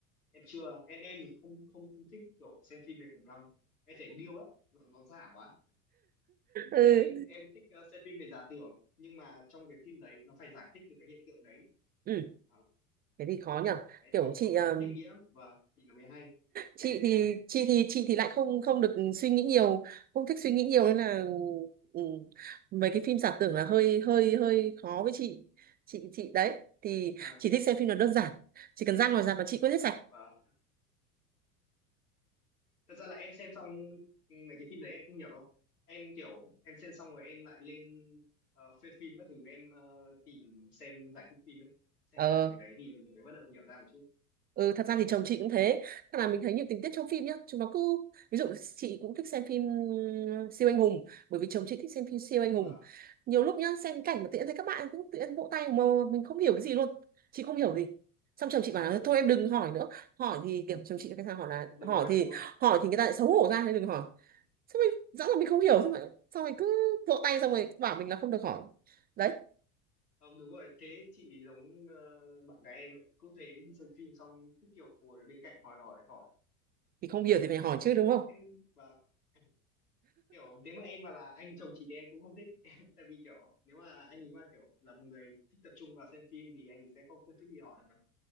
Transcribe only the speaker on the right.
<laughs> ừ
Ừ,
thế thì khó nhở.
Kiểu
chị
ờ,
chị
thì
chị thì chị thì lại không không được suy nghĩ nhiều, không thích suy nghĩ nhiều nên là ừ, mấy cái phim giả tưởng là hơi hơi hơi khó với chị. Chị chị đấy thì
chị thích xem phim nó đơn giản, chỉ cần ra ngoài rạp mà chị quên hết sạch
Ờ,
ừ, thật ra thì chồng chị cũng thế. Thật là mình thấy nhiều tình tiết trong phim nhá. Chúng nó cứ, ví dụ chị cũng thích xem phim ừm, siêu anh hùng. Bởi vì chồng chị thích xem phim siêu anh hùng.
Nhiều lúc nhá, xem cảnh mà tự nhiên thấy các bạn cũng tự nhiên vỗ tay mà mình không hiểu cái gì luôn. Chị không hiểu gì. Xong
chồng chị bảo là thôi em đừng hỏi nữa. Hỏi thì kiểu chồng chị cái sao hỏi là
hỏi
thì
hỏi thì người ta lại xấu hổ ra nên đừng hỏi. Xong rồi rõ là mình không hiểu xong rồi, xong rồi cứ vỗ tay xong rồi bảo mình là không được hỏi. Đấy,
thì không hiểu thì phải
hỏi chứ
đúng không?